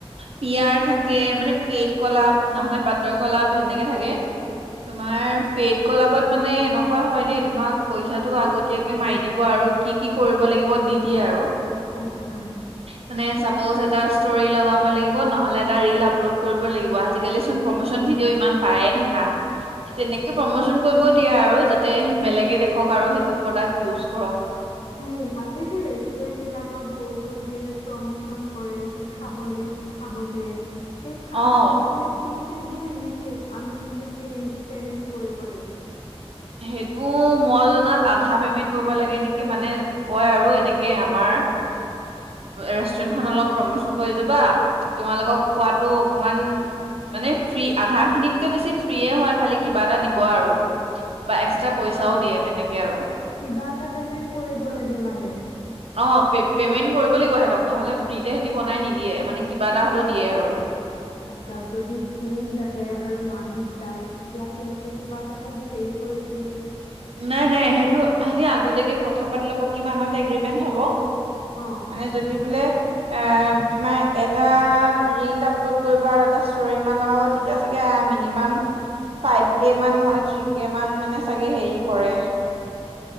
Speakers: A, on the right; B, on the left.
A: পিয়াৰ থাকে। কে মানে পেইট কলাপ নহ'লে বাটৰ কলাপ সেনেকে <unintelligible> তোমাৰ পেইট কলাবত মানে এনেকুৱা হয় দেই তোমাক পইচাটো আগতীয়াকে মাৰি দিব আৰু কি কি কৰিব লাগিব দি দিয়ে আৰু
B: আচ্ছা
A: মানে চাপজ এটা <unintelligible> লগাব লাগিব নহলে এটা ল ৰ কৰিব লাগিব আজিকালি চুন প্ৰমোচন ভিডিঅ ইমান পায়ে থকা তেনেকে প্ৰমোচন দিয়ে আৰু যাতে বেলেগে দেখক আৰু সেইটো প্ৰডাক্ট ইউছ কৰক
B: এই যে ৰেষ্টুৰেন্ট বিলাকত গৈ গৈ যে প্ৰমোচন কৰে যে খাবলে খাবলে সেই খানাটো
A: অ',
B: মানে ফ্ৰ তে দিয়ে নে সি আনি পেমেণ্ট কৰিব লাগে
A: সেইটো মই জনাত আধা পেমেন্ট কৰিব লাগে নেকি মানে কয় আৰু এনেকে আমাৰ ৰেষ্টুৰেন্টখন অলপ প্ৰমোচন কৰি যাবা তোমালোকক খোৱাতো অকমান মানে ফ্ৰী আধা খিনিতকে বেছি ফ্ৰিয়ে হয় খালি কিবা এটা দিব আৰু তাপা এক্সট্ৰা পইচাও দিয়ে তেনেকে আৰু
B: কিবা এটা পেমেন্ট কৰিব লাগে মানে
A: অঁ পেমেণ্ট কৰিব লাগিব হেটক নহলে হেতী ফ্ৰীতে এনেই বনাই নিদিয়ে এটা হ'লেও দিয়ে আৰু
B: আচ্ছা যদিও ঘিউ বাঢ়ে আৰু মানুহ যায় তেতিয়া সিহঁতে কিবা এটা চাগে হেৰি কৰি দিয়ে
A: নাই নাই সেইটো সিহতি আগতীয়াকে কথা পাতি ল'ব কিবা আনত এগ্ৰীমেন্ট হ'ব
B: অ
A: মানে যদি বোলে এ তোমাৰ এটা ৰীল আপলোড কৰিব আৰু এটা ষ্টৰি ইমান লগাব তেতিয়া চাগে মিনিমাম ফাইভ কে মান নহলে থ্ৰী কে মান মানে চাগে হেৰি কৰে